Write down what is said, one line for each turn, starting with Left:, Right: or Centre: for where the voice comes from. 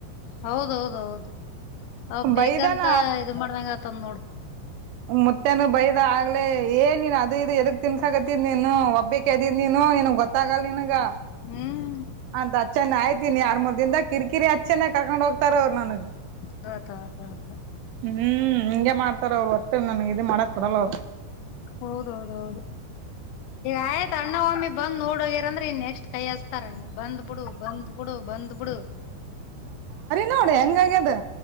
Left: ಹೌದೌದೌದು ಅವ ಬೇಕಂತ
Right: ಬೈದಾನ
Left: ಇ ಮಾಡ್ದಂಗ ಆ ತಂದ ನೋಡು
Right: ಮುತ್ತನು ಬೈದ ಆಗ್ಲೇ ಏನ್ ನೀನ್ ಅದು ಇದು ಎದಗ್ ತಿನ್ಸಕತ್ತಿದ್ ನೀನು ಒಬ್ಬಿಕ್ದಿದ ನೀನು <unintelligible> ಹಾ ಏ ಗೊತ್ತಾಗಲ್ಲ ನನ್ಗ
Left: ಹ್ಮ್
Right: ಅಂತ ಅಚ್ಚನ ಆಯ್ತೀನಿ ಆರ ಮೂರ್ ದನ್ದ ಕಿರಿಕಿರಿ ಅಚ್ಚನ್ನ ಕರ್ಕೊಂಡು ಹೋಗ್ತಾರ ಅವ್ರು ನನಗೆ
Left: ತ ಕತಾ <unintelligible>
Right: ಹ್ಮ್ ಹಿಂಗೆ ಮಾಡ್ತಾರ ಅವರು ಒಟ್ಟ ನನ್ಗೆ ಇ ಮಾಡಕ್ ಕೊಡಲ್ಲ ಅವ್ರು
Left: ಹೌದೌದ ಹೌದು ಆಯ್ತ ಅಣ್ಣ ವಮ್ಮಿ ಬಂದ್ ನೋಡೋಗಿರಂದ್ರ ಇನ್ ಎಷ್ಟ್ ಕೈಸ್ತಾರ ಬಂದ್ಬಿಡು ಬಂದ್ ಬಿಡು ಬಂದ್ ಬಿಡು
Right: ನೋಡ ಹೆಂಗಗ್ಯದು